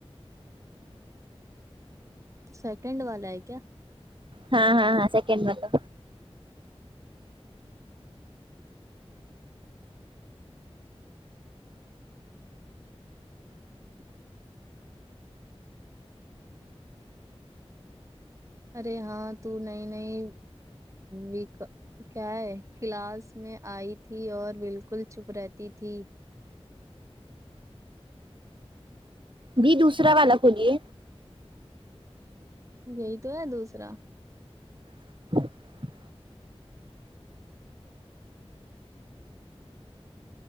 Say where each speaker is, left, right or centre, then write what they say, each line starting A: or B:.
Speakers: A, on the right; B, on the right.
A: سیکنڈ والا ہے کیا
B: ہاں ہاں ہاں سیکنڈ والا
A: ارے ہاں تو نئی نئی ویک کیا ہے کلاس میں آئی تھی اور بالکل چپ رہتی تھی
B: بی دوسرا والا کھولیے
A: یہی تو ہے دوسرا
B: <inaudible>